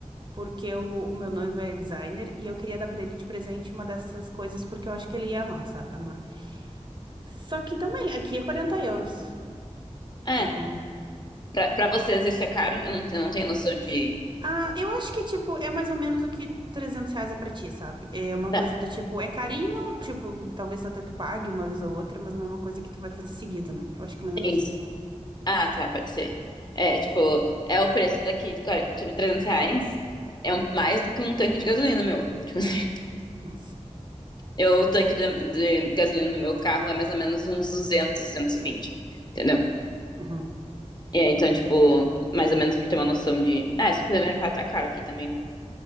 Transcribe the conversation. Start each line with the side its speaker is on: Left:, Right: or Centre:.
Right: porque o, o meu noivo é designer e eu queria dar pra ele de presente uma dessas coisas porque eu acho que ele ia amar, sabe? Amar. Só que também, aqui é 40 euros.
Left: É,
Right: Tipo, uma.
Left: pra, pra vocês isso é caro? Eu não, eu não tenho noção de...
Right: Ah, eu acho que, tipo, é mais ou menos o que 300 reais é pra ti, sabe? É uma
Left: Tá,
Right: coisa do tipo, é carinho, tipo, talvez até tu pague uma vez ou outra, mas não é uma coisa que tu vai fazer seguido, né? Eu acho que é mais ou menos
Left: sim,
Right: isso, né?
Left: Ah, tá, pode ser. É, tipo, é o preço daqui, cara, tipo, 300 reais. É um- mais do que um tanque de gasolina, meu. Tipo, assim, <laughs>
Right: Nossa.
Left: eu, o tanque de, de gasolina do meu carro é mais ou menos uns duzentos duzentos e vinte, entendeu?
Right: Uhum.
Left: E aí, então, tipo, mais ou menos pra ter uma noção de... Ah, esse supermercado tá caro aqui também, né?